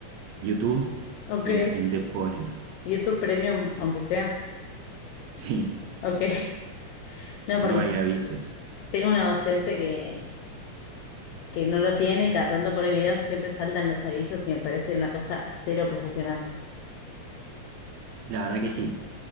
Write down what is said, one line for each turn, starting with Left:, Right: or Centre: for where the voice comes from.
Right: YouTube
Left: Ok,
Right: y la gente pone,
Left: y esto es premium, aunque sea.
Right: <laughs> sí,
Left: Ok, <laughs> no,
Right: no
Left: porque
Right: hay avisos.
Left: tengo una docente que, que no lo tiene y cada tanto pone videos y siempre saltan los avisos y me parece una cosa cero profesional.
Right: La verdad que sí,